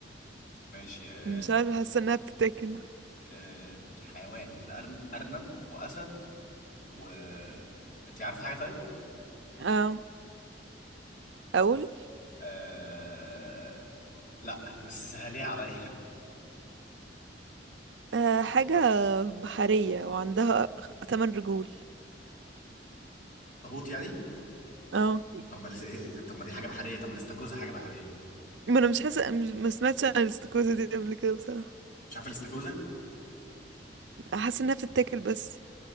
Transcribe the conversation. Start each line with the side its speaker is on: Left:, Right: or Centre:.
Left: ماشي آه،
Right: مش عارفة حاسة إنها بتتاكل
Left: آه، حيوان الأرن... أرنب وأسد و أنت عارفة حاجة طيب؟
Right: اه أقول
Left: أه... لا بس سهليها عليا
Right: أه حاجة بحرية وعندها تمن رجول
Left: <laughs> اخطبوط يعني؟
Right: اه
Left: طب ما الاس- طب ما دي حاجة بحرية طب ما الاستاكوزا حاجة بحرية
Right: ما انا مش حاسه مش- ما سمعتش عن الاستاكوزا دي قبل كده بصراحه
Left: مش عارف الاستاكوزا؟
Right: حاسه انها بتتاكل بس